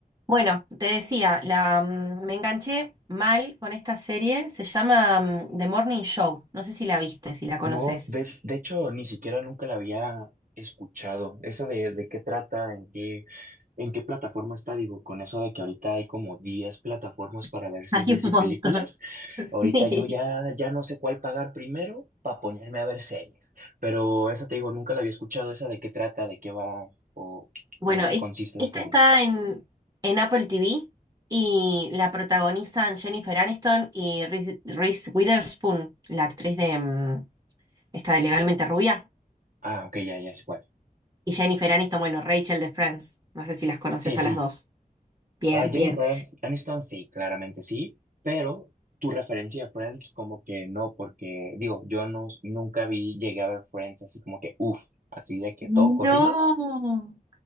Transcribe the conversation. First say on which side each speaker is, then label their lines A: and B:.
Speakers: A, on the right (about 25°); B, on the right (about 60°).
A: Bueno, te decía, la, mm, me enganché mal con esta serie, se llama mm, The Morning Show, no sé si la viste, si la conoces.
B: No, de, de hecho, ni siquiera nunca la había escuchado. Esa de, de qué trata, en qué, en qué plataforma está, digo, con eso de que ahorita hay como 10 plataformas para
A: <laughs>
B: ver series
A: Hay un
B: y
A: montón.
B: películas.
A: <laughs>
B: Ahorita
A: Sí.
B: yo ya, ya no sé cuál pagar primero para ponerme a ver series. Pero esa te digo, nunca la había escuchado. Esa de qué trata, de qué va o,
A: Bueno,
B: o en qué
A: es-
B: consiste
A: esta
B: esa serie.
A: está en, en Apple TV y la protagonizan Jennifer Aniston y Reese, Reese Witherspoon, la actriz de mm, esta de Legalmente Rubia,
B: Ah, ok, ya, ya sé cuál.
A: y Jennifer Aniston, bueno, Rachel de Friends, no sé si las conoces
B: Sí, sí.
A: a las dos. Bien,
B: Ah, Jennifer
A: bien.
B: Anst- Aniston, sí, claramente sí, pero tu referencia de Friends como que no, porque digo, yo no, nunca vi, llegué a ver Friends así como que, uff, así de que
A: No,
B: todo corrido,